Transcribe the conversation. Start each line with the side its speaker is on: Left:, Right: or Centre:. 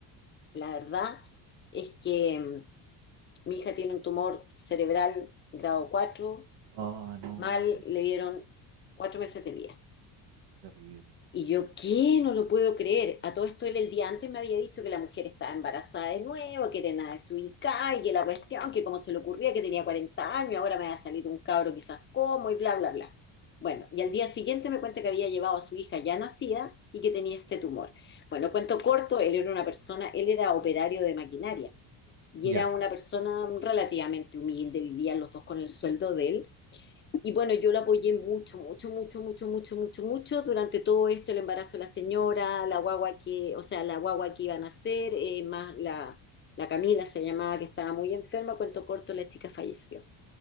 Left: la verdad es que mm, mi hija tiene un tumor cerebral grado cuatro
Right: Oh, no.
Left: mal, le dieron cuatro meses de vida.
Right: Qué terrible.
Left: Y yo, ¿qué? No lo puedo creer. A todo esto él el día antes me había dicho que la mujer estaba embarazada de nuevo, que era nada desubicada y que la cuestión, que cómo se le ocurría, que tenía 40 años, ahora me va a salir un cabro quizás como y bla, bla, bla. Bueno, y al día siguiente me cuenta que había llevado a su hija ya nacida y que tenía este tumor. Bueno, cuento corto, él era una persona, él era operario de maquinaria y
Right: Ya,
Left: era una persona relativamente humilde, vivían los dos con el sueldo de él y bueno, yo la apoyé mucho, mucho, mucho, mucho, mucho, mucho, mucho durante todo esto, el embarazo de la señora, la guagua que, o sea, la guagua que iba a nacer, eh, más la, la Camila se llamaba, que estaba muy enferma, cuento corto, la chica falleció.